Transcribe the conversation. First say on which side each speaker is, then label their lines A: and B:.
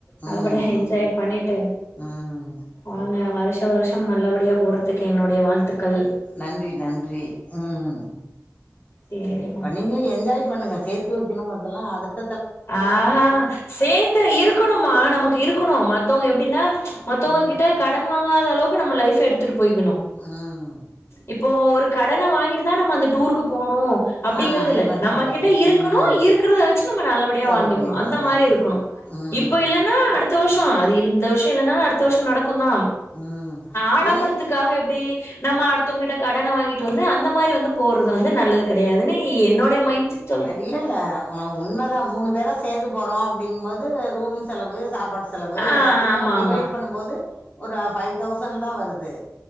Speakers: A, on the left; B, on the left.
A: நல்லபடியா
B: ம்
A: என்ஜாய் பண்ணிட்டு
B: ம்
A: வாங்க வருஷோ வருஷம் நல்லபடியா போறதுக்கு என்னுடைய வாழ்த்துக்கள்
B: நன்றி நன்றி ம்
A: சேரிம்மா
B: சேரிப்பா நீ நீங்க என்ஜாய் பண்ணுங்க சேத்து வைக்கனுங்றதுள்ள அடுத்
A: ஆ சேத்து இருக்கணுமா நமக்கு இருக்கணு மத்தவங்க எப்டின்னா மத்தவங்க
B: ம்
A: கிட்ட கடன் வாங்காத அளவுக்கு நம்ம லைஃப எடுத்துட்டு போயிக்கணு
B: ம்
A: இப்போ ஒரு கடன வாங்கிட்டு தான் நம்ம அந்த டூருக்கு போனு அப்டிங்கிறது
B: ஆ அந்த
A: இல்ல
B: மாரி
A: நம்ம
B: கூடாது
A: கிட்ட இருக்கணு
B: ம்
A: இருக்கறத வச்சு நம் நல்லபடியா
B: செலவு
A: வாழ்ந்துக்கணு
B: பண்ணிக்கணு
A: அந்த மாரி
B: ஆமா
A: இருக்கணு
B: ம்
A: இப்போ இல் லனா அடுத்த வருஷசோ அது இல் இந்த வருஷம் இல்லனா அடுத்த வருஷம் நடக்கு தா
B: ம்
A: ஆடம்பரத்துக்
B: ஏன்னா
A: காக எப்டி நம்ம அடுத்தவங்கிட்ட கடனை வாங்கிட்டு வந்து அந்த மாரி வந்து போறது வந்து நல்லது கிடையாதுன்ன என்னோடைய மைண்ட் <inaudible>
B: இல்ல இல்ல அ உண்மதா மூணு பேரா சேந்து போறோ அப்டிங்கு போது ரூம் செலவு சாப்பாடு செலவு
A: ஆ
B: எல்லாத்தையுமே
A: ஆமா
B: டிவைட்
A: ஆமா
B: பண்ணும்போது ஒரு ஃபைவ் தௌசண்ட் தா வருது